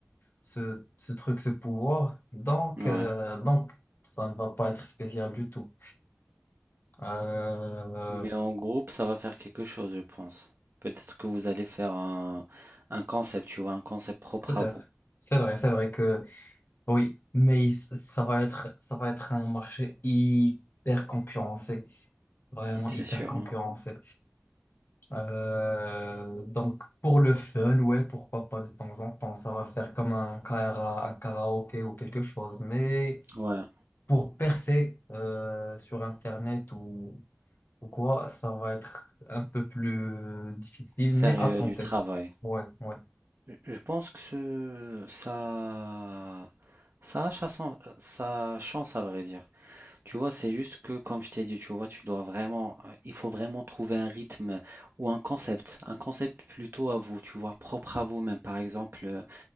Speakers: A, on the left; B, on the right.
A: ce, ce truc, ce pouvoir, donc,
B: ouais.
A: euh, donc ça ne va pas être spécial du tout. Euh,
B: Mais en groupe, ça va faire quelque chose, je pense. Peut-être que vous allez faire un, un concept, tu vois, un concept propre
A: peut-être.
B: à vous,
A: C'est vrai, c'est vrai que. Oui, mais il- ça va être, ça va être un marché hyper concurrencé, vraiment
B: c'est
A: hyper
B: sûr,
A: concurrencé.
B: hein.
A: Euh, donc pour le fun, ouais, pourquoi pas de temps en temps, ça va faire comme un, kara- un karaoké ou quelque chose. Mais
B: Ouais,
A: pour percer euh, sur Internet ou, ou quoi, ça va être un peu plus euh, difficile,
B: sérieux,
A: mais à tenter.
B: du travail.
A: Ouais, ouais,
B: Je je pense que ce- ça, ça a sa chance, sa chance, à vrai dire. Tu vois, c'est juste que, comme je t'ai dit, tu vois, tu dois vraiment, euh, il faut vraiment trouver un rythme ou un concept, un concept plutôt à vous, tu vois, propre à vous-même. Par exemple, euh,